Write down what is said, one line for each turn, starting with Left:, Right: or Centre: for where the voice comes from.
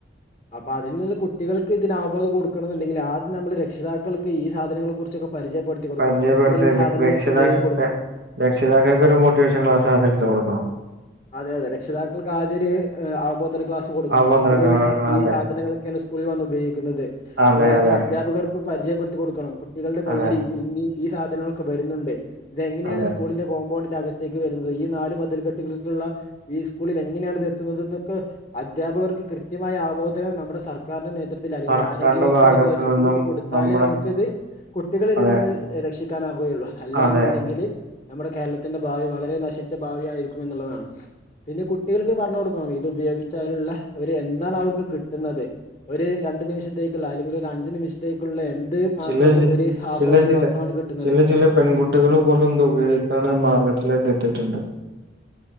Left: അപ്പൊ അതിൽ നിന്ന് കുട്ടികൾക്ക് ഇതിനാബോധം കൊടുക്കണം എന്നുണ്ടെങ്കിൽ ആദ്യം നമ്മള് രക്ഷിതാക്കൾക്ക് ഈ സാധനങ്ങളെ കുറിച്ചൊക്കെ പരിചയപ്പെടുത്തി കൊടുക്കണം
Right: പരിചയപ്പെടുത്ത
Left: കുട്ടികൾ ഈ സാധനങ്ങളൊക്കെ
Right: രക്ഷിതാക്ക
Left: ഉപയോഗിക്ക കൊടുക്കണം
Right: രക്ഷിതാക്കൾക്ക് ഒരു മോട്ടിവേഷൻ ക്ലാസ് ആത്യം എടുത്ത് കൊടുക്കണം
Left: അതെ അതെ രക്ഷിതാക്കൾക്ക് ആദ്യ ഒരു അവബോധക ക്ലാസ്സ് കൊടുക്കണം
Right: അവബോധവൽക്കരണം
Left: കുട്ടികൾ ഈ സ ഈ
Right: അതെ
Left: സാധനങ്ങൾ സ്കൂളിൽ വന്ന് ഉപയോഗിക്കുന്നത്
Right: അതെ
Left: അതുപോലെ
Right: അതെ
Left: തന്നെ അധ്യാപകർ പരിചയപ്പെടുത്തി കൊടുക്കണം കുട്ടികളുടെ കയ്യിൽ
Right: അതെ
Left: ഇ ഇനി ഈ സാധനങ്ങൊക്കെ വരുന്നുണ്ട് ഇതെങ്ങനെയാണ്
Right: അതെ
Left: സ്കൂളിന്റെ കോമ്പൗണ്ടിന്റെ അകത്തേക്ക് വരുന്നത് ഈ നാല് മതിൽ കെട്ടുകൾ ഈ സ്കൂളിൽ എങ്ങനെയാാണ് ഇത് എത്തുന്നത് എന്നൊക്കെ അധ്യാപകർക്ക് കൃത്യമായ ആവോധനം നമ്മുടെ സർക്കാ ക്കാന്റെ നേതൃത്ത്തിൽ അല്ലെങ്കിൽ
Right: സർക്കാരിന്റെ
Left: ആരോഗ്യവകുപ്പിന്റെ
Right: ഭാഗത്തു
Left: കേന്ദ്രത്തിൽ
Right: നിന്നും
Left: ഇത് കൊടുത്താല്
Right: നമ്മുടെ
Left: നമുക്കിത് കുട്ടികള ഇതിൽ
Right: അതെ
Left: നിന്ന് രക്ഷിക്കാനാകുകയുള്ളു അല്ലാ
Right: അതെ
Left: ന്നുണ്ടെങ്കില് നമ്മുടെ കേരളത്തിന്റെ ഭാവി വളരെ നശിച്ച ഭാവി ആയിരിക്കും എന്നുള്ളതാണ് പിന്നെ കുട്ടികൾക്ക് പറഞ്ഞു കൊടുക്കണം ഇത് ഉപയോഗിച്ച അതിലുള്ള ഒരു എന്താണ് അവർക്ക് കിട്ടുന്നത് ഒരു രണ്ടു നിമിഷത്തേക്കുള്ള അല്ലെങ്കിൽ ഒരു അഞ്ചു നിമിഷത്തേക്കുള്ള എന്ത് മാത്രം
Right: ചില ജി-
Left: ഒരു ആസ്വാദനം
Right: ചില
Left: മാത്രമാണ് കിട്ടുന്നത്
Right: ചില ചില പെൺകുട്ടികൾ പോലും ഇത് ഉപയോഗിക്കുന്ന മാർഗത്തിലേക്കെ എത്തിയിട്ടുണ്ട്